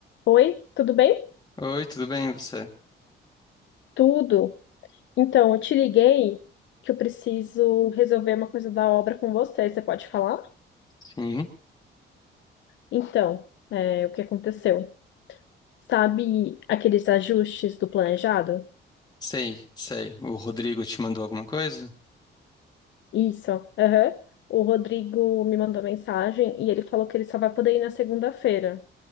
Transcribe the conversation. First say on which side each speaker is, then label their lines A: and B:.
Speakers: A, on the left; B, on the left.
A: Oi, tudo bem?
B: Oi, tudo bem você?
A: Tudo. Então, eu te liguei que eu preciso resolver uma coisa da obra com você. Você pode falar?
B: Sim,
A: Então, é, o que aconteceu? Sabe aqueles ajustes do planejado?
B: sei, sei. O Rodrigo te mandou alguma coisa?
A: Isso. aham. O Rodrigo me mandou mensagem e ele falou que ele só vai poder ir na segunda-feira.